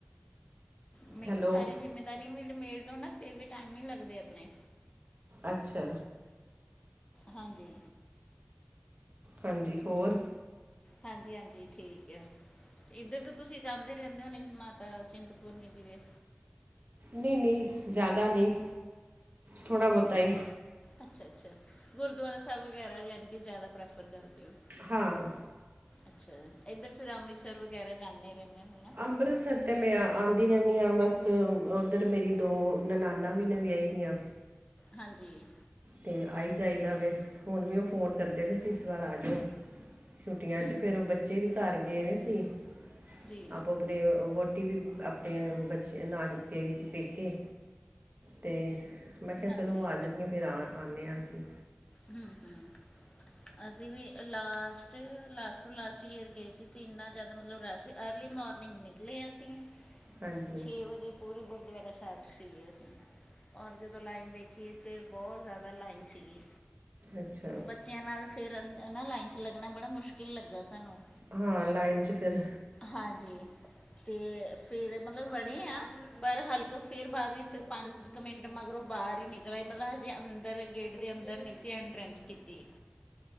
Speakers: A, on the left; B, on the right.
A: ਮੈਂ
B: ਹੈਲੋ
A: ਕਿਆ, ਸਾਰੀ ਜਿੰਮੇਦਾਰੀ ਵੀ ਨੀਮੇੜ ਲੋ ਨਾ ਫੇਰ ਵੀ ਟਾਈਮ ਨੀ ਲੱਗਦੇ ਅਪਣੇ
B: ਅੱਛਾ
A: ਹਾਂਜੀ।
B: ਹਾਂਜੀ ਹੋਰ।
A: ਹਾਂਜੀ, ਹਾਂਜੀ ਠੀਕ ਏ। ਇੱਧਰ ਤੇ ਤੁਸੀਂ ਜਾਂਦੇ ਰਹਿੰਦੇ ਹੋਣੇ, ਮਾਤਾ ਚਿੰਤਪੂਰਨੀ ਜੀ ਦੇ।
B: ਨਈਂ ਨਈਂ, ਜ਼ਿਆਦਾ ਨਈਂ, ਥੋੜ੍ਹਾ ਬੋਤਾ ਈ।
A: ਅੱਛਾ ਅੱਛਾ, ਗੁਰਦੁਆਰਾ ਸਾਹਿਬ ਵਗੈਰਾ ਯਾਨੀ ਕਿ ਜ਼ਿਆਦਾ ਪ੍ਰੈਫਰ ਕਰਦੇ ਔ।
B: ਹਾਂ।
A: ਅੱਛਾ, ਇੱਧਰ ਫਿਰ ਅੰਮ੍ਰਿਤਸਰ ਵਗੈਰਾ ਜਾਂਦੇ ਰੇਣੇ ਹੁਣੇ ਨਾ
B: ਅੰਮ੍ਰਿਤਸਰ ਤੇ ਮੈਂ ਆਂਦੀ ਰਹਿਨੀ ਆਂ, ਬਸ ਉੱਧਰ ਮੇਰੀ ਦੋ ਨਨਾਨਾਂ ਵੀ ਵਿਆਈ ਦੀਆਂ।
A: ਹਾਂਜੀ।
B: ਤੇ ਆਈ ਜਾਈਦਾ ਵੇ, ਹੁਣ ਵੀ ਉਹ ਫੋਨ ਕਰਦੇ ਪੇ ਸੀਂ ਇਸ ਵਾਰ ਆ ਜੋ ਛੁੱਟੀਆਂ ਚ ਫੇਰ ਉਹ ਬੱਚੇ ਵੀ ਘਰ ਗਏ ਦੇ ਸੀ
A: ਜੀ
B: ਆਪੋ ਆਪਣੇ ਵਹੁਟੀ ਵੀ ਆਪਣੇ ਬਚੇ ਨਾਨਕੇ ਗੇ ਦੀ ਸੀ ਪੇਕੇ ਤੇ ਮੈਂ ਕਿਆ,
A: ਹਾਂਜੀ
B: ਚਲੋ ਉਹ ਆ ਜਾਣਗੇ ਫਿਰ ਆਵਾਂ ਆਣੇ ਆਂ ਅਸੀਂ।
A: ਹਂ, ਹਂ। ਅਸੀਂ ਵੀ last, last to last year ਗਏ ਸੀ ਤੇ ਇੰਨਾ ਜ਼ਿਆਦਾ ਮਤਲਬ ਰਸ਼ ਸੀ ਅਰਲੀ ਮੋਰਨਿੰਗ ਨੀ ਲਿਆਸੀ
B: ਹਾਂਜੀ
A: ਛੇ ਵਜੇ ਪੂਰੇ ਗੁਰਦੁਆਰਾ ਸਾਹਿਬ ਸੀਗੇ ਅਸੀਂ ਔਰ ਜਦੋਂ ਲਾਈਨ ਦੇਖੀਏ ਤੇ ਬੋਤ ਜ਼ਿਆਦਾ ਲਾਈਨ ਸੀਗੀ।
B: ਅੱਛਾ।
A: ਬੱਚਿਆਂ ਨਾਲ ਫਿਰ ਅ ਨਾ ਲਾਈਨ ਚ ਲੱਗਣਾ ਬੜਾ ਮੁਸ਼ਕਿਲ ਲੱਗਾ ਸਾਨੂੰ।
B: ਹਾਂ ਲਾਈਨ ਚ ਫਿਰ।
A: ਹਾਂਜੀ ਤੇ ਫਿਰ ਮਤਲਬ <unintelligible> ਆ ਪਰ ਹਲਕਾ ਫਿਰ ਬਾਅਦ ਵਿੱਚ ਪੰਜ ਕੁ ਮਿੰਟ ਮਗਰੋਂ ਉਹ ਬਾਹਰ ਈ ਨਿਕਲ ਆਈ ਮਤਲਬ ਹਜੇ ਅੰਦਰ ਗੇਟ ਦੇ ਅੰਦਰ ਨ੍ਹੀਂ ਸੀ ਤੇ ਐਂਟਰੈਂਸ ਕੀਤੀ